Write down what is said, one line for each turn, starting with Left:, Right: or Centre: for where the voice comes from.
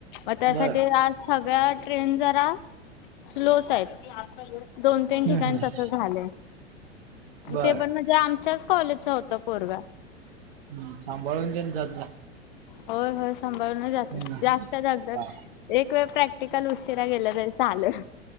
Left: मग त्यासाठी
Right: बर
Left: आज सगळ्या ट्रेन जरा स्लोच आहेत. दोन-तीन
Right: हं,
Left: ठिकाण
Right: हं.
Left: तसं झालंय.
Right: बर
Left: ते पण म्हणजे आमच्याच कॉलेजचा होता पोरगा.
Right: हम्म सांभाळून घेन जात जा.
Left: होय होय सांभाळून जातोय
Right: हं.
Left: जास्त दगदग
Right: हा
Left: एक वेळ प्रॅक्टिकल उशीरा गेलं तरी चालल.